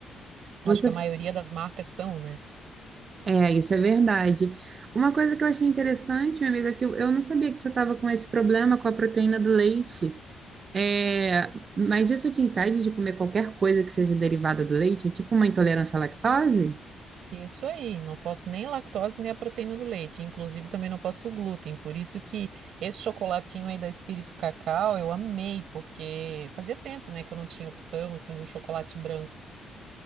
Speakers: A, on the right (about 70°); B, on the right (about 45°).
A: Acho
B: Você,
A: que a maioria das marcas são, né?
B: é, isso é verdade. Uma coisa que eu achei interessante, minha amiga, é que eu, eu não sabia que você estava com esse problema com a proteína do leite. É, mas isso te impede de comer qualquer coisa que seja derivada do leite? É tipo uma intolerância à lactose?
A: Isso aí, não posso nem lactose nem a proteína do leite, inclusive também não posso o glúten, por isso que esse chocolatinho aí da Espírito Cacau eu amei, porque fazia tempo, né, que eu não tinha opção, assim, de um chocolate branco,